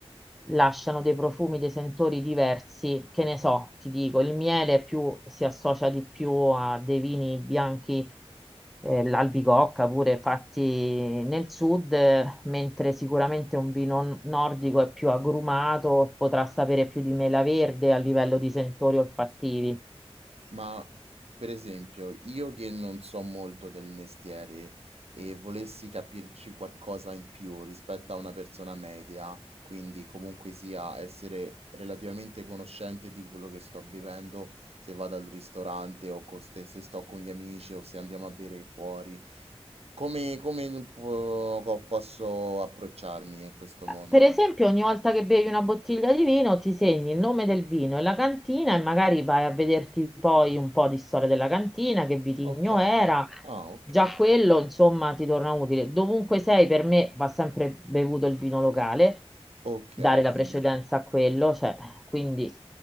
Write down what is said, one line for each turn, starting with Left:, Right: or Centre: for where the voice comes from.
Centre: lasciano dei profumi, dei sentori diversi, che ne so, ti dico, il miele più, si associa di più a dei vini bianchi, eh, l'albicocca pure fatti nel sud, eh, mentre sicuramente un vino n- nordico è più agrumato, potrà sapere più di mela verde a livello di sentori olfattivi.
Right: Ma per esempio, io che non so molto del mestiere e volessi capirci qualcosa in più rispetto a una persona media, quindi comunque sia essere relativamente conoscente di quello che sto bevendo, se vado al ristorante o co- se se sto con gli amici o se andiamo a bere fuori, come, come po- co- posso approcciarmi in questo mondo?
Centre: Per esempio, ogni volta che bevi una bottiglia di vino, ti segni il nome del vino e la cantina e magari vai a vederti poi un po' di storia della cantina, che vitigno
Right: Ok,
Centre: era.
Right: ah, ok,
Centre: Già quello, insomma, ti torna utile. Dovunque sei, per me va sempre bevuto il vino locale,
Right: ok,
Centre: dare la
Right: quindi,
Centre: precedenza a quello, cioè, quindi